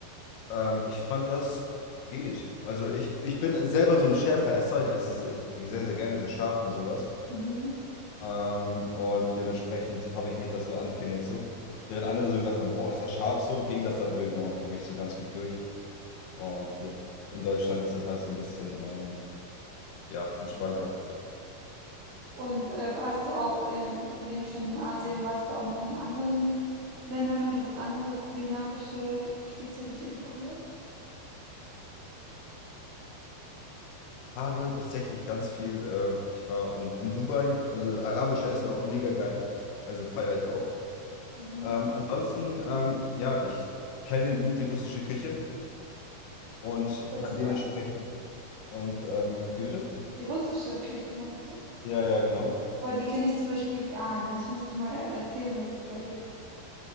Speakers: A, on the left; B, on the right.
A: Ähm, ich fand, das geht. Also, ich, ich bin selber so ein Schärfeesser. Ich esse ich sehr, sehr gerne so scharf und sowas.
B: Mhm.
A: Ähm, und dementsprechend habe ich mich das so antrainiert so. Während andere so gesagt haben, boah, ist das scharf so, ging das dann irgendwann mal für mich so ganz gut durch. Und hier in Deutschland ist das halt so ein bisschen, ähm, ja, entspannter.
B: Und äh, warst du auch, äh, wenn du schon in Asien warst, da auch noch in anderen Ländern und hast andere kulinarische Spezialitäten probiert?
A: Habe tatsächlich ganz viel, äh, ich war in, in Dubai, also arabische Essen auch mega geil, also feiere ich auch.
B: Mhm.
A: Ähm, ansonsten, ähm, ja, ich kenne gut die russische Küche und
B: Die russische,
A: kann dementsprechend, und ähm, wie bitte?
B: die russische Küche meinst du?
A: Ja, ja, genau.
B: Boah, die kenne ich zum Beispiel gar nicht. Musst du mal äh, erzählen, was es da gibt.